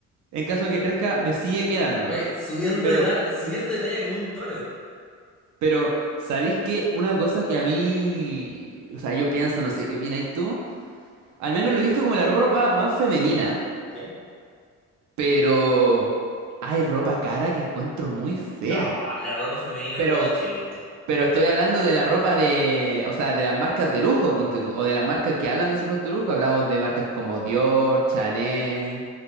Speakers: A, on the right (about 70°); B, in the centre.
A: en caso de que crezca me sigue quedando.
B: Oye, subiendo
A: Pero,
B: de, tar- subiendo de talla como un toro.
A: pero, ¿sabéis que Una cosa que a mí, o sea, yo pienso, no sé, ¿qué opináis tú? Al menos lo he visto como la ropa más femenina,
B: ¿Ya?
A: pero hay ropa cara que encuentro muy fea.
B: No, la ropa femenina
A: Pero,
B: es un puto chiste.
A: pero estoy hablando de la ropa de, o sea, de las marcas de lujo, ponte tú, o de las marcas que hablan de supuesto lujo. Hablamos de marcas como Dior, Chanel,